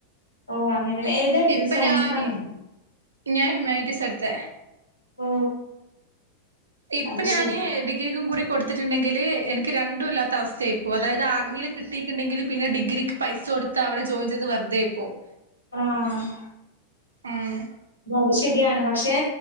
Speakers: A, on the left (about 85°); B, on the right (about 70°).
A: ഓഹ് അങ്ങനെല്ലേ ഏതാടുത്തത്
B: ഇപ്പൊ
A: സൈൻസാണോ
B: ഞാന് ഞാൻ ഹ്യൂമാനിറ്റിസാടുതെ
A: ഓ
B: ഇപ്പ
A: അത്
B: ഞാന്
A: ശരി.
B: ഡിഗ്രിക്കും കൂടി കൊടുത്തിട്ടുണ്ടെങ്കില് എനിക്ക് രണ്ടും ഇല്ലാത്ത അവസ്ഥയായി ഇപ്പോവും അതായത് ആർമിയിൽ കിട്ടിയിട്ടുണ്ടെങ്കില് പിന്നെ ഡിഗ്രിക്ക് പൈസ കൊടുത്താ അവിടെ ജോയിൻ ചെയ്തെ വെറുതായിപ്പോവും
A: ആഹ്
B: ഉം
A: അത് ശരിയാണ് പക്ഷേ